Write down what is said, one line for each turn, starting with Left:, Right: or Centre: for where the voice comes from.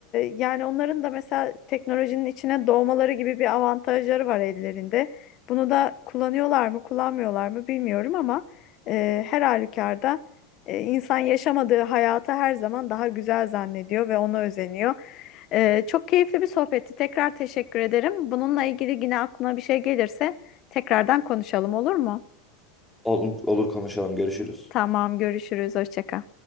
Left: yani onların da mesela teknolojinin içine doğmaları gibi bir avantajları var ellerinde. Bunu da kullanıyorlar mı kullanmıyorlar mı bilmiyorum ama e, her halükarda e, insan yaşamadığı hayatı her zaman daha güzel zannediyor ve ona özeniyor. E, çok keyifli bir sohbetti. Tekrar teşekkür ederim. Bununla ilgili yine aklına bir şey gelirse tekrardan konuşalım olur mu?
Centre: Olur, olur konuşalım. Görüşürüz.
Left: Tamam görüşürüz. Hoşça kal.